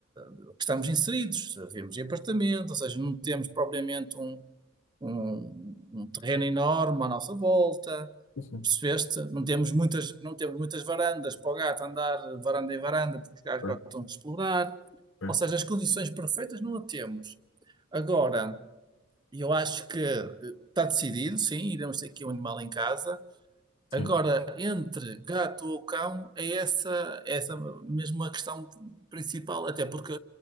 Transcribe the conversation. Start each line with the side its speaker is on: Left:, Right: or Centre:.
Right: que estamos inseridos. Vivemos em apartamento, ou seja, não temos propriamente um, um- um terreno enorme à nossa volta.
Left: Sim, sim,
Right: Percebeste? Não temos muitas, não temos muitas varandas para o gato andar varanda em varanda, porque os gatos
Left: claro,
Right: gostam de explorar.
Left: claro,
Right: Ou seja, as condições perfeitas não a temos. Agora, eu acho que eh, está decidido, sim, iremos ter aqui um animal em casa.
Left: sim,
Right: Agora, entre gato ou cão, é essa, é essa mesmo a questão principal, até porque